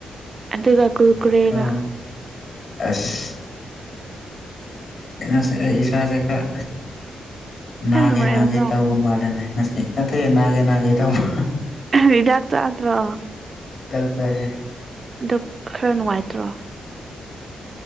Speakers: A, on the right; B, on the left.
A: ꯑꯗꯨꯒ
B: ꯑꯁ ꯌꯥꯝ
A: ꯀꯨꯔꯀꯨꯔꯦꯒ꯫
B: ꯅꯨꯡꯉꯥꯏꯀꯣ ꯑꯁ꯫ ꯀꯩꯅꯣꯁꯦ ꯑꯩ ꯏꯁꯥꯁꯦ ꯈꯔ ꯅꯥꯒꯦ
A: ꯌꯥꯝ ꯅꯨꯡꯉꯥꯏꯔꯕ
B: ꯅꯥꯒꯦ ꯇꯧꯕ ꯃꯥꯜꯂꯦꯅꯦ꯫ ꯉꯁꯤ ꯅꯠꯇꯦ ꯅꯥꯒꯦ ꯅꯥꯒꯦ ꯇꯧꯕ꯫
A: ꯍꯤꯗꯥꯛ ꯆꯥꯗ꯭ꯔꯣ꯫
B: ꯊꯥ ꯆꯥꯏꯌ‌ꯦ꯫
A: ꯑꯗꯨ ꯈꯔ ꯅꯨꯡꯉꯥꯏꯇ꯭ꯔꯣ꯫